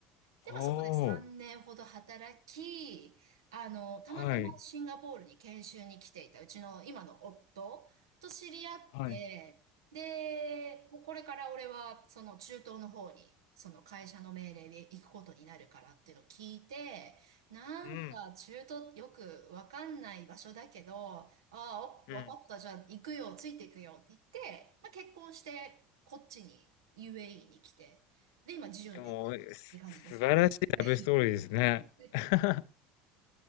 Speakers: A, on the right; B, on the left.
A: で、
B: お
A: まあそこで3年ほど働き、
B: お。
A: あの、たまたまシンガポールに研修に来ていたうちの今の夫と知り合って、
B: はい。はい。
A: で、もうこれから俺はその中東の方に、その会社の命令で行くことになるからっていうのを聞いて、なんか中東よくわかんない場所だけど、
B: うん。
A: ああ、
B: うん。
A: おわかった、じゃあ行くよ、ついていくよって言って、まあ結婚してこっちに UAE に来て、で、今10年。
B: でも、す素晴らしいラブストーリーですね。
A: て感じですね。<laughs>
B: <laughs>